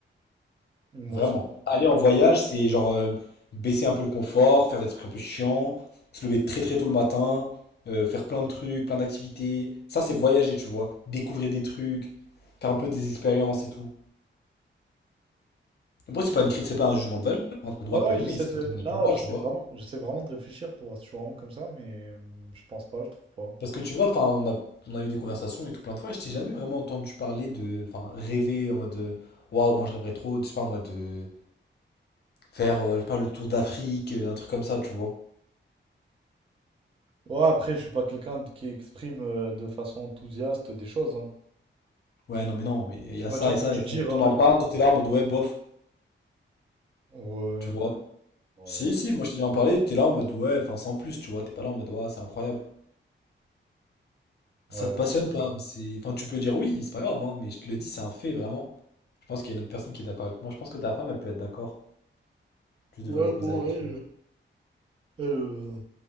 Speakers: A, on the right; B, on the left.
A: moi
B: Vraiment.
A: c'est bon.
B: Aller en voyage, c'est genre euh, baisser un peu le confort, faire des trucs un peu chiants, se lever très très tôt le matin, euh, faire plein de trucs, plein d'activités. Ça, c'est voyager, tu vois. Découvrir des trucs, faire un peu des expériences et tout. Après, c'est pas une critique, c'est pas un jugement de valeur. hein. T'as le droit
A: Ouais, ouais,
B: de pas aimer,
A: j'essaie
B: c'est
A: de.
B: totalement
A: Non,
B: ton droit,
A: j'essaie
B: tu vois.
A: vraiment, j'essaie vraiment de réfléchir pour voir si je suis vraiment comme ça, mais euh, je pense pas, je trouve pas.
B: Parce que tu vois, enfin, on a, on a eu des conversations et tout plein de fois, et je t'ai jamais vraiment entendu parler de, enfin, rêver en mode, euh, waouh, moi je rêverais trop, je sais pas, moi, de faire, euh, je sais pas, le tour d'Afrique, euh, un truc comme ça, tu vois.
A: Ouais, après, je suis pas quelqu'un de- qui exprime euh, de façon enthousiaste des choses, hein.
B: Ouais, non, mais non, mais il y
A: Tu
B: a
A: m'as
B: ça
A: déjà entendu
B: et ça, et enfin,
A: dire
B: quand
A: en
B: on
A: mode.
B: en parle, toi t'es là en mode, ouais, bof,
A: Ouais,
B: tu vois.
A: ouais,
B: Si, si, moi je t'ai déjà en parlé, t'es là en mode, ouais, enfin, sans plus, tu vois, t'es pas là en mode, ouais, c'est incroyable.
A: ouais.
B: Ça te passionne pas, mais c'est, enfin, tu peux dire oui, c'est pas grave, hein, mais je te le dis, c'est un fait, vraiment. Je pense qu'il y a une autre personne qui est d'accord avec moi, je pense que ta femme, elle peut être d'accord. Tu devrais
A: Ouais,
B: lui poser
A: pour
B: la question.
A: elle. Elle, euh,